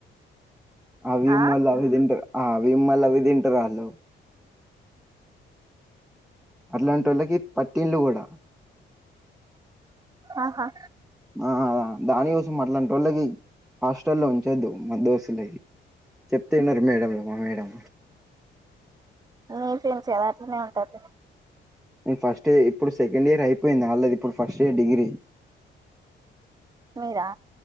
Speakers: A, in the centre; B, on the right (about 20°).
A: అవి
B: ఆ
A: మల్ల అవి తింట అవి మల్ల అవి తింటరాళ్ళు అట్లాంటోళ్ళకి పట్టిళ్లుగుడ
B: ఆహా
A: ఆ దానిగొసం అట్లాంటోళ్ళకి హాస్టల్లో ఉంచొద్దు మదోసులకి చెప్తినరు మేడం మా మేడం
B: మీర్ సిన్సియర్ అట్నే ఉంటదితి
A: నేన్ ఫస్టే ఇప్పుడు సెకండ్ ఇయర్ అయిపోయింది ఆల్రెడీ ఇప్పుడు ఫస్ట్ ఇయర్ డిగ్రీ
B: మీరా